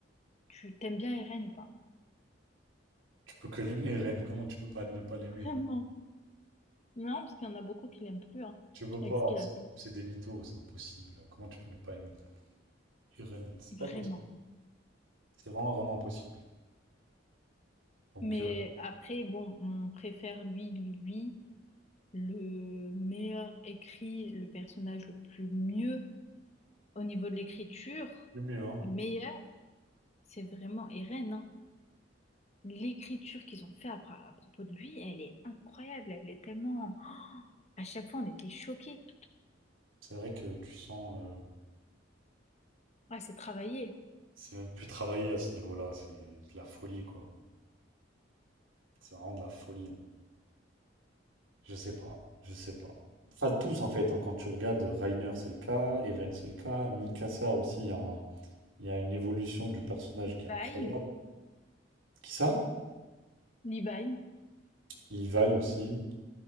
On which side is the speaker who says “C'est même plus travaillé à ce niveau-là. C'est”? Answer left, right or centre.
Right